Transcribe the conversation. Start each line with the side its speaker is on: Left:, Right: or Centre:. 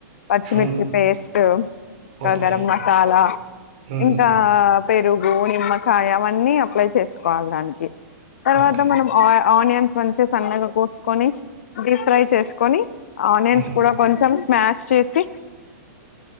Left: పచ్చిమిర్చి
Right: హ్మ్
Left: పేస్ట్ ఇకా
Right: ఓకే
Left: గరం మసాలా
Right: హ్మ్
Left: ఇంకా పేరు పూవు నిమ్మకాయ అవన్నీ అప్లై చేసుకోవాలి దానికి తర్వాత
Right: ఓకే
Left: మనం ఆ ఆనియన్స్ మంచి సన్నగా కోసుకొని డీప్ ఫ్రై చేసుకొని ఆనియన్స్
Right: హ్మ్
Left: కూడా కొంచెం స్మాష్ చేసి